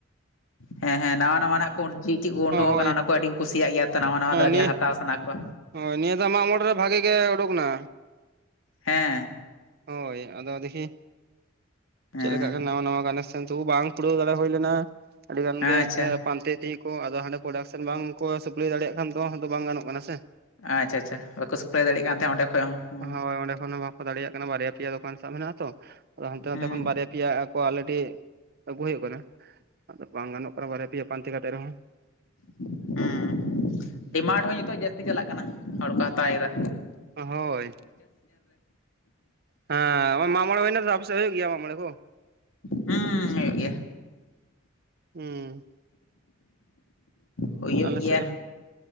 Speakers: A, on the left; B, on the right.
A: ᱦᱮᱸ ᱦᱮᱸ ᱱᱟᱣᱟ ᱱᱟᱣᱟᱱᱟᱜ ᱠᱚ ᱪᱤᱱ ᱪᱤᱱ ᱠᱚ ᱳᱰᱳᱝᱚᱜ
B: ᱦᱳᱭ
A: ᱠᱟᱱᱟ ᱚᱱᱟ ᱠᱚ ᱟᱹᱰᱤ ᱠᱚ ᱠᱩᱥᱤᱭᱟᱜ ᱜᱮᱭᱟ ᱛᱚ ᱱᱟᱣᱟ ᱱᱟᱣᱟ ᱫᱚ ᱟᱹᱰᱤ
B: ᱱᱤᱭᱟᱹ
A: ᱦᱟᱛᱟᱣᱼᱼ ᱚᱱᱟ ᱠᱚ᱾
B: ᱦᱳᱭ ᱱᱤᱭᱟᱹ ᱫᱷᱟᱣ ᱢᱟᱜᱽ ᱢᱚᱬᱮ ᱨᱮ ᱵᱷᱟᱜᱮ ᱜᱮ ᱩᱰᱳᱠ ᱱᱟ᱾
A: ᱦᱮᱸ
B: ᱦᱳᱭ ᱟᱫᱚ ᱫᱤᱠᱷᱤ
A: ᱦᱮᱸ
B: ᱪᱮᱫ ᱞᱮᱠᱟ ᱱᱟᱣᱟ ᱱᱟᱣᱟ ᱜᱮ ᱱᱮᱥ᱾ ᱠᱤᱱᱛᱩ ᱵᱟᱝ ᱠᱩᱲᱟᱹᱣ ᱫᱟᱲᱮ ᱦᱩᱭ ᱞᱮᱱᱟ ᱟᱹᱰᱤ ᱜᱟᱱ
A: ᱟᱪᱪᱷᱟ
B: ᱜᱮ, ᱮᱼᱼ ᱯᱟᱱᱛᱮ ᱤᱫᱤᱭᱟᱠᱚ ᱟᱫᱚ ᱦᱟᱸᱰᱮ ᱯᱨᱚᱰᱟᱠᱥᱚᱱ ᱵᱟᱝᱠᱚ ᱥᱟᱹᱯᱞᱟᱹᱭ ᱫᱟᱲᱮᱭᱟᱜ ᱠᱷᱟᱱ ᱫᱚ, ᱦᱮᱸᱛᱚ ᱵᱟᱝ ᱜᱟᱱᱚᱜ ᱠᱟᱱᱟ ᱥᱮ᱾
A: ᱟᱪᱪᱷᱟ ᱟᱪᱪᱷᱟ ᱵᱟᱠᱚ ᱥᱟᱯᱞᱟᱭ ᱫᱟᱲᱮᱭᱟᱜ ᱠᱟᱱ ᱛᱟᱦᱮᱫ ᱚᱸᱰᱮ ᱠᱷᱚᱡ ᱦᱚᱸ᱾ ᱦᱩᱸ
B: ᱦᱳᱭ ᱚᱸᱰᱮ ᱠᱷᱚᱱ ᱦᱚᱸ ᱵᱟᱠᱚ ᱫᱟᱲᱮᱭᱟᱜ ᱠᱟᱱᱟ ᱵᱟᱨᱭᱟ ᱯᱮᱭᱟ ᱫᱚᱠᱟᱱ ᱥᱟᱵ ᱢᱮᱱᱟᱜᱼᱟ ᱛᱚ ᱟᱫᱚ ᱦᱟᱱᱛᱮ ᱱᱟᱛᱮ
A: ᱦᱩᱸ
B: ᱠᱷᱚᱱ ᱵᱟᱨᱭᱟ ᱼᱼ ᱯᱮᱭᱟ ᱟᱠᱚ ᱟᱞᱮᱰᱤ ᱟᱹᱜᱩ ᱦᱩᱭᱩᱜ ᱠᱟᱱᱟ᱾ ᱟᱫᱚ ᱵᱟᱝ ᱜᱟᱱᱚᱜ ᱠᱟᱱᱟ ᱵᱟᱨᱭᱟ ᱯᱮᱭᱟ ᱯᱟᱱᱛᱮ ᱠᱟᱛᱮ ᱨᱮᱦᱚᱸ᱾
A: ᱦᱮᱸ ᱰᱤᱢᱟᱱᱰ ᱦᱚᱸ ᱱᱤᱛᱚᱜ ᱡᱟᱹᱥᱛᱤ ᱪᱟᱞᱟᱜ ᱠᱟᱱᱟ ᱦᱚᱲᱠᱚ ᱦᱟᱛᱟᱣᱮᱫᱟ᱾
B: ᱦᱳᱭ ᱦᱮᱸ ᱢᱟᱜᱽ ᱢᱚᱬᱮ ᱦᱩᱭᱱᱟ ᱛᱚ ᱟᱯᱮ ᱥᱮᱫ ᱦᱩᱭᱩᱜ ᱜᱮᱭᱟ ᱢᱟᱜᱽ ᱢᱚᱬᱮ ᱠᱚ?
A: ᱦᱩᱸ, ᱦᱳᱭᱳᱜ ᱜᱮᱭᱟ᱾
B: ᱦᱩᱸ᱾
A: ᱦᱩᱭᱩᱜ
B: ᱟᱞᱮ
A: ᱜᱮᱭᱟ
B: ᱥᱮᱫ ᱦᱚᱸ